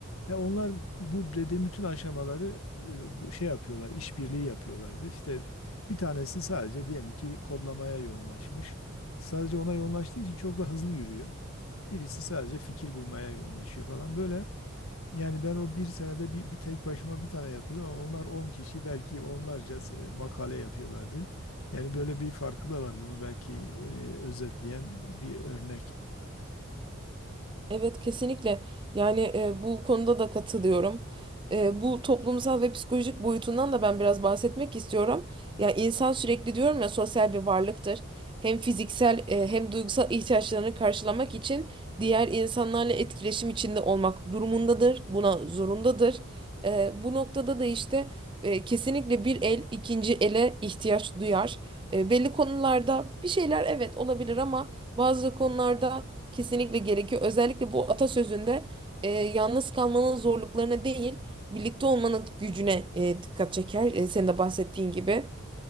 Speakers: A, on the left; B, on the right.
A: E onlar bu dediğim bütün aşamaları e, bu- şey yapıyorlar, işbirliği yapıyorlardı. İşte bir tanesi sadece diyelim ki kodlamaya yoğunlaşmış. Sadece ona yoğunlaştığı için çok da hızlı yürüyor. Birisi sadece fikir bulmaya yoğunlaşıyor falan böyle. Yani ben o bir senede bir, bir tek başıma bir tane yapıyordum ama onlar 10 kişi belki onlarca e, makale yapıyorlardı. Yani böyle bir farkı da var bunu belki e, özetleyen bir örnek.
B: Evet kesinlikle yani e, bu konuda da katılıyorum. E, bu toplumsal ve psikolojik boyutundan da ben biraz bahsetmek istiyorum. Ya insan sürekli diyorum ya sosyal bir varlıktır. Hem fiziksel e, hem duygusal ihtiyaçlarını karşılamak için diğer insanlarla etkileşim içinde olmak durumundadır. Buna zorundadır. E, bu noktada da işte e, kesinlikle bir el ikinci ele ihtiyaç duyar. E, belli konularda bir şeyler evet olabilir ama bazı konularda kesinlikle gerekiyor. Özellikle bu atasözünde e, yalnız kalmanın zorluklarına değil, birlikte olmanın gücüne e, dikkat çeker. E, senin de bahsettiğin gibi.